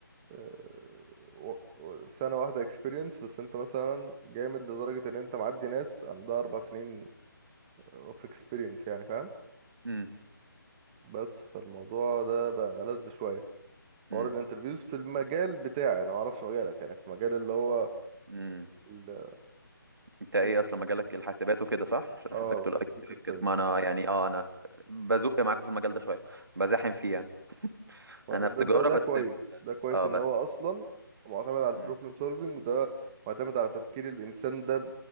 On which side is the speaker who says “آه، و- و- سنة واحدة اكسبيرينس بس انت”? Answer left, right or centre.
Right